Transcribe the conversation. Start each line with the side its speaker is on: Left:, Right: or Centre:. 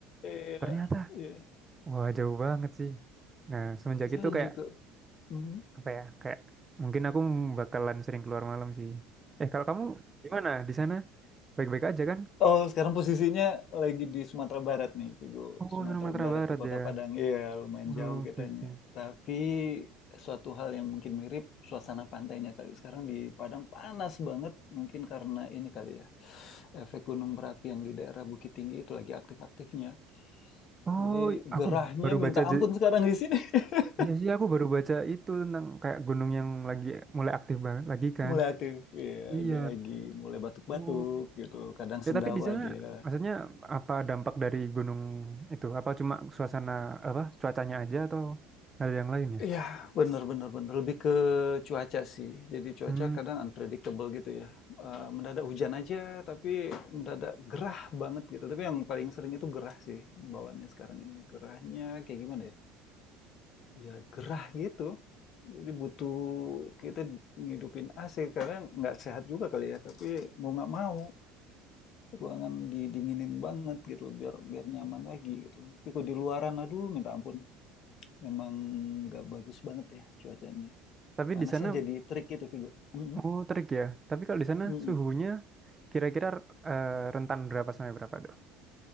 Left: iya
Right: Ternyata
Left: iya
Right: Wah, jauh banget sih. Nah, semenjak
Left: saya
Right: itu kayak
Left: juga Hmm.
Right: apa ya? Kayak mungkin aku bakalan sering keluar malam sih. Eh, kalau kamu gimana di sana? Baik-baik aja kan?
Left: Oh, sekarang posisinya lagi di Sumatera Barat nih, Vigo.
Right: Oh,
Left: Sumatera
Right: Sumatera
Left: Barat
Right: Barat
Left: di Kota
Right: ya.
Left: Padang. Iya, lumayan
Right: Oh,
Left: jauh
Right: oke
Left: kitanya.
Right: oke.
Left: Tapi suatu hal yang mungkin mirip suasana pantainya kali. Sekarang di Padang panas banget, mungkin karena ini kali ya. Efek gunung berapi yang di daerah Bukit Tinggi itu lagi aktif-aktifnya.
Right: Oh,
Left: Jadi gerahnya
Right: aku baru
Left: minta
Right: baca je-
Left: ampun sekarang di sini. <laughs>
Right: Iya sih, aku baru baca itu tentang kayak gunung yang lagi mulai aktif banget lagi kan.
Left: Mulai aktif, ya
Right: Iya.
Left: dia lagi mulai batuk-batuk
Right: Oh.
Left: gitu. Kadang
Right: Ya
Left: sendawa
Right: tapi di sana
Left: dia.
Right: maksudnya apa dampak dari gunung itu? Apa cuma suasana apa cuacanya aja atau ada yang lain ya?
Left: Iya, bener bener bener, lebih ke cuaca sih. Jadi cuaca
Right: Hmm.
Left: kadang unpredictable gitu ya. Eh, mendadak hujan aja, tapi mendadak gerah banget gitu. Tapi yang paling sering itu gerah sih bawaannya sekarang ini. Gerahnya kayak gimana ya? Ya gerah gitu. Jadi butuh kita ngidupin AC karena nggak sehat juga kali ya. Tapi mau nggak mau ruangan didinginin banget gitu biar biar nyaman lagi gitu. Tapi kalau di luaran aduh minta ampun. Memang nggak bagus banget ya cuacanya.
Right: Tapi
Left: Panasnya
Right: di sana,
Left: jadi trik gitu, Vigo. Mhm,
Right: oh terik ya. Tapi kalau di sana
Left: mhm.
Right: suhunya kira-kira eh, rentan berapa sampai berapa tuh?